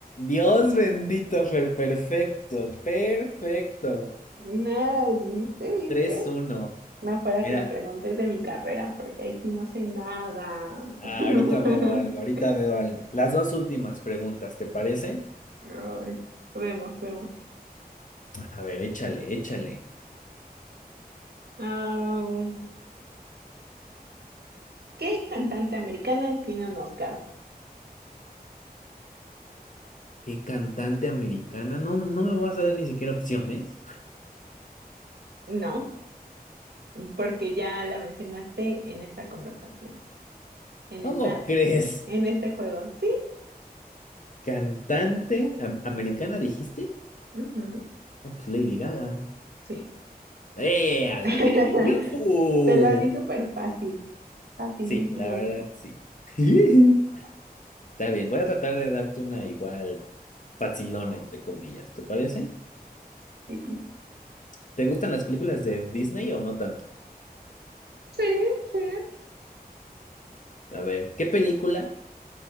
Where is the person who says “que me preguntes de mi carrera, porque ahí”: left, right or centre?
Right